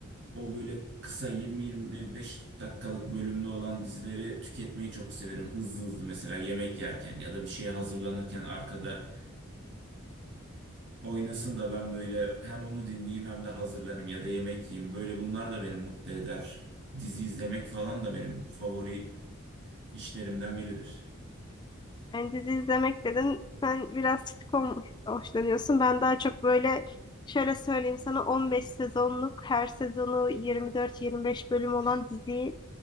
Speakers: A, on the right; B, on the left.
A: o böyle kısa 20-25 dakikalık bölümlü olan dizileri tüketmeyi çok severim. Hızlı hızlı mesela yemek yerken ya da bir şeye hazırlanırken arkada oynasın da ben böyle hem onu dinleyeyim hem de hazırlanayım ya da yemek yiyeyim. Böyle bunlar da beni mutlu eder. Dizi izlemek falan da benim favori işlerimden biridir.
B: Yani dizi izlemek dedin sen biraz sitcom hoşlanıyorsun. Ben daha çok böyle şöyle söyleyeyim sana 15 sezonluk her sezonu 24-25 bölüm olan diziyi